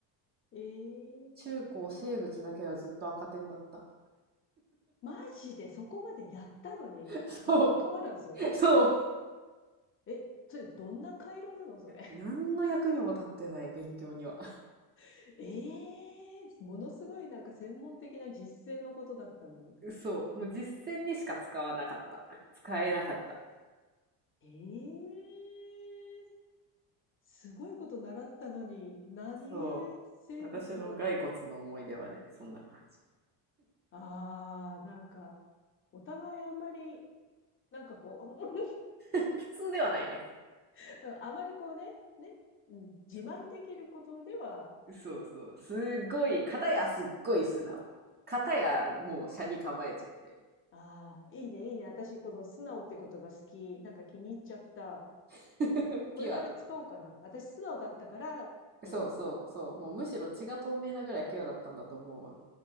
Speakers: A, on the left; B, on the right.
A: ええ
B: 中高生物だけはずっと赤点だった。
A: マジでそこまでやったのにもう関わらず
B: <laughs> そう、そう。
A: え、それどんな回路なのそれ。
B: 何の役にも立ってない勉強には。
A: <laughs> ええものすごいなんか専門的な実践のことだったのに。
B: <laughs> そう、もう実践にしか使わなかった。使えなかった。
A: ええすごいこと習ったのに、何故生物が。
B: そう。私の骸骨の思い出はね、そんな感じ。
A: ああ、なんか、お互いあんまり、なんかこう、
B: 普通ではないね。
A: <laughs> あまりこうね、ね、うん、自慢できることでは
B: そそうそう。すっごい、片やすっごい素直。片やもう斜に構えちゃって。
A: ああ、いいね、いいね。私、この素直って言葉好き。なんか気に入っちゃった。
B: <laughs>
A: これから使おうかな。
B: ピュア。
A: 私、素直だったから、こうだった。
B: そうそうそう。もうむしろ血が透明なぐらいピュアだったんだと思うわ。